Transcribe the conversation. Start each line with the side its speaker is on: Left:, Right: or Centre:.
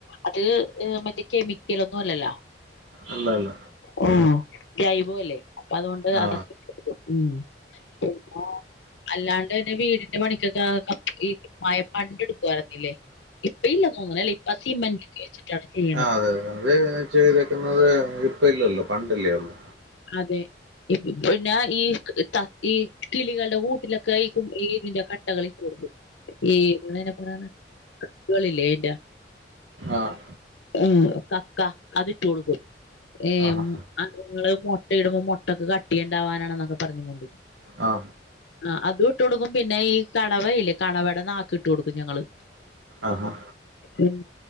Left: അത് അ് മറ്റേ കെമിക്കലൊന്നും അല്ലല്ലോ
Right: അല്ല അല്ല
Left: ആഹ്, ജൈവോ അല്ലേ അപ്പൊ അതുകൊണ്ട്
Right: ആ
Left: അതൊക്കെ ഉം, പിന്നെ അല്ലാണ്ടെന്നെ വീടിന്റെ പണിക്കൊക്കെ ആ ക ഈ മഴ പണ്ടെടുക്കുവാരുന്നില്ലേ ഇപ്പൊ ഇല്ല അങ്ങനല്ല ഇപ്പ സിമെന്റ്‌ തേച്ചിട്ടാണ് ചെയ്യണെ
Right: ആഹ് അതെ അതെ അത് ചെയ്തേ ക്കുന്നത് ഇപ്പ ഇല്ലല്ലോ പണ്ടല്ലേ ഒള്ളു
Left: അതെ ഇപ്പൊ പിന്നെ ഈ ത ഈ കിളികളുടെ കൂ ട്ടിലൊക്കെ ഈ കു ഈ ഇതിന്റെ കട്ടകളിട്ട് കൊടുക്കും ഈ ഇങ്ങനെ അങ്ങനാണ് കക്കുകളില്ലേ അയിന്റെ
Right: ആഹ്
Left: ഉം, കക്ക, അതിട്ട് കൊടുക്കും. ഏ
Right: ആഹാ
Left: അതു ങ്ങള് മൊ ട്ട, യിടുമ്പോൾ മൊട്ടക്ക് കട്ടിയിണ്ടാവാനാണെ ന്നൊക്കെ പറഞ്ഞു കൊണ്ട്.
Right: ആ
Left: ആഹ്, അതും ഇട്ടു കൊടുക്കും. പിന്നെ ഈ കണവയില്ലേ? കണവേട നാക്ക് ഇട്ട് കൊടുക്കും, ഞങ്ങള്.
Right: ആഹാ
Left: ഉം